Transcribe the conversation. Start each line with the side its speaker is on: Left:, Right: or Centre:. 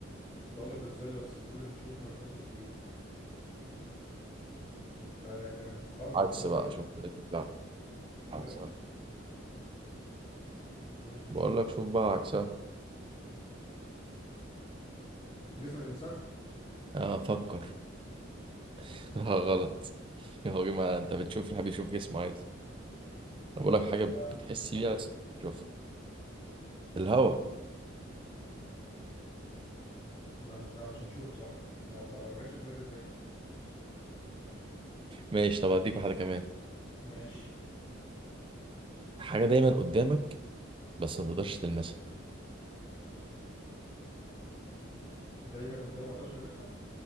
Left: تقول لك الظل بس الظل بنشوفه ما بيحسش بيه الحاجة انت مصعبة من
Right: عكس
Left: أولها
Right: بقى
Left: كده
Right: شوف لا
Left: تقول
Right: عكس
Left: إيه؟ مش بيشوف
Right: بقول لك شوف بقى عكسها
Left: جسم الإنسان
Right: اه فكر <laughs> لا غلط هو ما انت بتشوف الحاجة بيشوف جسمه عادي انا بقول لك حاجة
Left: مش عارف
Right: بتحس
Left: أمال
Right: بيها
Left: إيه
Right: بس بتشوفها الهوا
Left: ما بتنا... مش هنشوفه صح يا خرا ما جاتش في دماغي إزاي دي
Right: ماشي طب هديك واحدة كمان
Left: ماشي
Right: حاجة دايما قدامك بس ما تقدرش تلمسها
Left: دايما قدامي ما أقدرش ألمسها